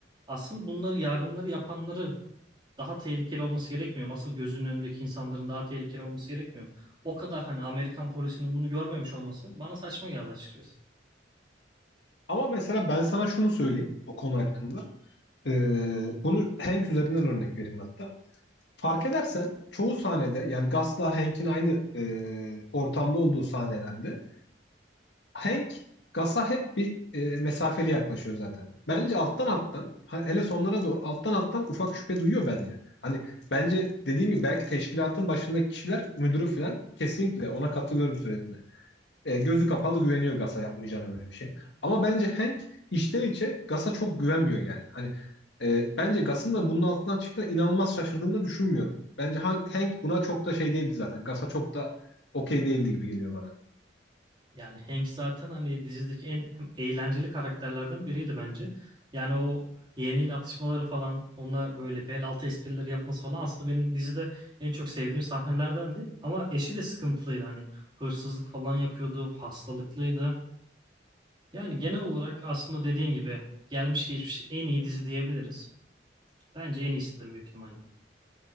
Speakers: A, on the right; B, on the left.
A: asıl bunları yardımları yapanları daha tehlikeli olması gerekmiyor mu? Asıl gözünün önündeki insanların daha tehlikeli olması gerekmiyor mu? O kadar hani Amerikan polisinin bunu görmemiş olması bana saçma geldi açıkçası.
B: Ama mesela ben sana şunu söyleyeyim o konu hakkında. E, bunu Hank üzerinden örnek vereyim hatta. Fark edersen çoğu sahnede yani Gus'la Hank'in aynı e, ortamda olduğu sahnelerde Hank Gus'a hep bir e, mesafeli yaklaşıyor zaten. Bence alttan alttan ha- hele sonlara doğru alttan alttan ufak şüphe duyuyor bence. Hani bence dediğim gibi belki teşkilatın başındaki kişiler müdürü falan kesinlikle ona katılıyorum söylediğine. E, gözü kapalı güveniyor Gas'a yapmayacağına böyle bir şey. Ama bence Hank içten içe Gas'a çok güvenmiyor yani. Hani e, bence Gas'ın da bunun altından çıktığına inanılmaz şaşırdığını da düşünmüyorum. Bence Han- Hank buna çok da şey değildi zaten. Gas'a çok da okey değildi gibi geliyor bana.
A: Yani Hank zaten hani dizideki en hem eğlenceli karakterlerden biriydi bence. Yani o yeğeniyle atışmaları falan, onunla böyle bel altı esprileri yapması falan aslında benim dizide en çok sevdiğim sahnelerdendi. Ama eşi de sıkıntılıydı hani hırsızlık falan yapıyordu, hastalıklıydı. Yani genel olarak aslında dediğin gibi gelmiş geçmiş en iyi dizi diyebiliriz. Bence en iyisidir büyük ihtimalle.